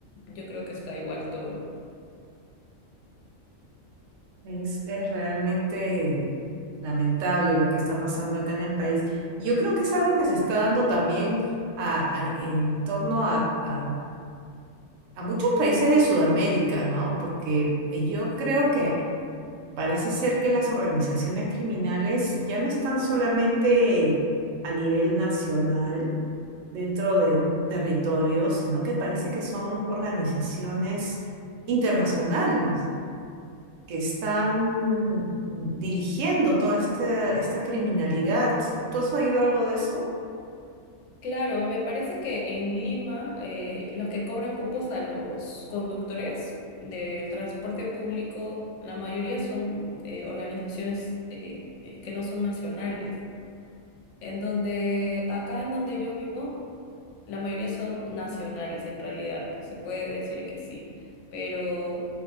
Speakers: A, on the left; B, on the right.
A: Yo creo que está igual todo.
B: es, es realmente lamentable lo que está pasando acá en el país. Y Yo creo que es algo que se está dando también a- a- en torno a, a a muchos países de Sudamérica, ¿no? Porque yo creo que parece ser que las organizaciones criminales ya no están solamente a nivel nacional, dentro de un territorio, sino que parece que son organizaciones internacionales que están mm, dirigiendo toda esta, esta criminalidad. ¿Tú has oído algo de eso?
A: Claro, me parece que en Lima eh, los que cobran cupos a los conductores del transporte público, la mayoría son eh, organizaciones eh, eh, que no son nacionales. En donde, acá en donde yo vivo, la mayoría son nacionales, en realidad, se puede decir que sí, pero